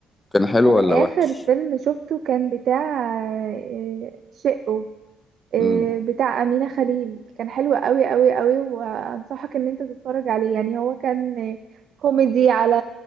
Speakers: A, on the left (about 20°); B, on the right (about 65°).
A: كان حلو
B: انا
A: ولا
B: اخر
A: وحش
B: فيلم شفته كان بتاع آه، شقه آه،
A: امم
B: بتاع امينة خليل كان حلو قوي قوي قوي وانصحك ان انت تتفرج عليه يعني هو كان آه، كوميدي على